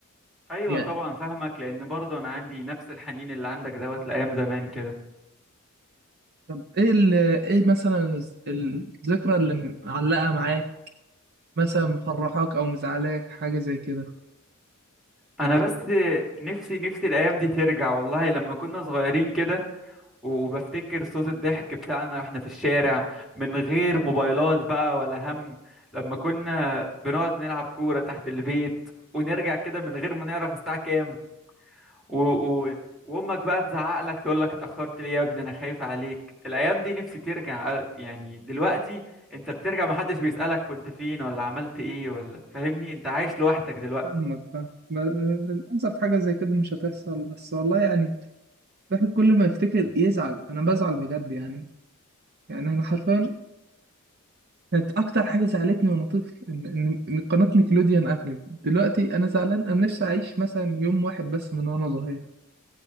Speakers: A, in the centre; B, on the right.
A: ايوه
B: يعني
A: طبعا فاهمك لان برضه انا عندي نفس الحنين اللي عندك دوت لايام زمان كده
B: طب ايه ال ايه مثلا الز- الذكرى اللي معلقة معاك مثلا مفرحاك او مزعلاك حاجة زي كده
A: انا بس نفسي نفسي الايام دي ترجع والله لما كنا صغيرين كده وبفتكر صوت الضحك بتاعنا واحنا في الشارع من غير موبايلات بقى ولا هم لما كنا بنقعد نلعب كورة تحت البيت ونرجع كده من غير ما نعرف الساعة كام و... و... وامك بقى تزعق لك تقول لك اتأخرت ليه يا ابني انا خايفة عليك الايام دي نفسي ترجع أ- يعني دلوقتي انت بترجع محدش بيسألك كنت فين ولا عملت ايه ولا فاهمني انت عايش لوحدك دلوقتي
B: فاهمك فاهم ب- للأسف حاجة زي كده مش هتحصل بس والله يعني الواحد كل ما يفتكر يزعل أنا بزعل بجد يعني يعني أنا حرفيا كانت أكتر حاجة زعلتني وأنا طفل إن إن إن قناة نيكلوديان قفلت دلوقتي أنا زعلان أنا نفسي أعيش مثلا يوم واحد بس من وأنا صغير